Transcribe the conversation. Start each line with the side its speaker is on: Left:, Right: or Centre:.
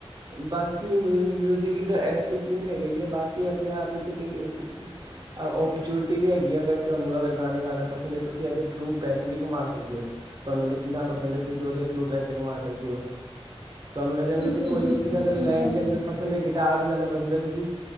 Right: ਬਾਕੀ ਮਿਊ ਮਿਊਜ਼ਿਕ ਦਾ ਐ ਸੀਨ ਹੈਗਾ ਹੀ ਹੈ, ਬਾਕੀ ਆਪਣੇ ਆਪ ਵਿੱਚ ਇੱਕ ਓਪਰਚੁਨਿਟੀ ਵੀ ਹੈਗੀ ਹੈ ਅਗਰ ਤੁਹਾਨੂੰ ਅਗਰ ਗਾਣੇ ਗਾਣਾ ਪਸੰਦ ਹੈ ਤੁਸੀਂ ਇਹਦੇ ਥਰੂ ਪੈਸੇ ਵੀ ਕਮਾ ਸਕਦੇ ਹੋ। ਲਿਖਣਾ ਪਸੰਦ ਹੈ ਤੁਸੀਂ ਉਹਦੇ ਥਰੂ ਪੈਸੇ ਕਮਾ ਸਕਦੇ ਹੋ। ਤੁਹਾਨੂੰ ਇਹਦੇ ਅੰਦਰ
Left: ਬਿਲਕੁਲ-
Right: ਦੀ ਕੋਈ
Left: ਬਿਲਕੁਲ
Right: ਵੀ ਚੀਜ਼ ਅਗਰ
Left: ਠੀਕ
Right: ਲਾਈਨ
Left: ਐ।
Right: ਦੇ ਅੰਦਰ ਪਸੰਦ ਹੈ ਗਿਟਾਰ ਵੀਜ਼ਾਨਣਾ ਪਸੰਦ ਹੈ ਤੁਸੀਂ